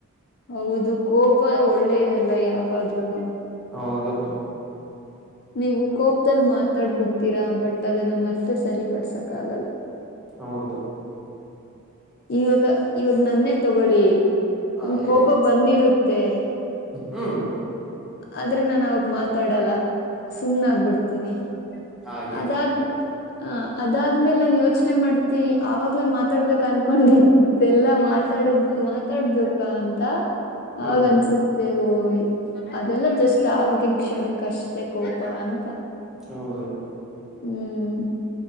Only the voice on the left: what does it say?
ಹೌದು ಕೋಪ ಒಳ್ಳೇದಲ್ಲ ಯಾವಾಗ್ಲೂನು
ನೀವು ಕೋಪದಲ್ ಮಾತಾಡ್ಬಿಡ್ತೀರಾ ಬಟ್ ಅದನ್ನ ಮತ್ತೆ ಸರಿ ಪಡ್ಸಕ್ ಆಗಲ್ಲ.
ಇವಾಗ ಇವಾಗ ನನ್ನೇ ತಗೊಳ್ಳಿ.
ನಂಗ್
ಕೋಪ ಬಂದಿರುತ್ತೆ.
ಆದ್ರೆ ನಾನ ಅವಾಗ ಮಾತಾಡಲ್ಲ. ಸುಮ್ನ ಆಗ್ಬಿಡ್ತೀನಿ
ಅದಾದ್ ಹ ಅದಾದ್ಮೇಲೆ ನಾನ್ ಯೋಚನೆ ಮಾಡ್ತೀನಿ ಆವಾಗ <unintelligible> ಮಾತಾಡ್ಬೇಕು ಅನ್ಕೊಂಡೆಲ್ಲಾ ಮಾತಾಡ ಮಾತಾಡ್ದಕ ಅಂತ.
ಅವಾಗ ಅನ್ಸುತ್ತ <unintelligible> ಅದೆಲ್ಲ ಜಸ್ಟ್ ಆವಾಗಿನ ಕ್ಷಣಕ್ಕೆ ಅಷ್ಟೇ ಕೋಪ ಅಂತ.
ಹ್ಮ್